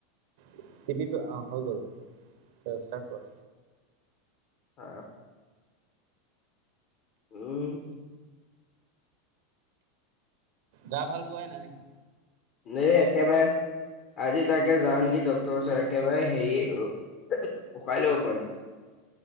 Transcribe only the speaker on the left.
হয় <inaudible> উম <unintelligible>
এ একবাৰে <unintelligible> আজি তাকে যাওঁ নেকি ডাক্তৰৰ ওচৰত। একেবাৰে হেৰি, উশাহেই ল'ব পৰা নাই। <unintelligible>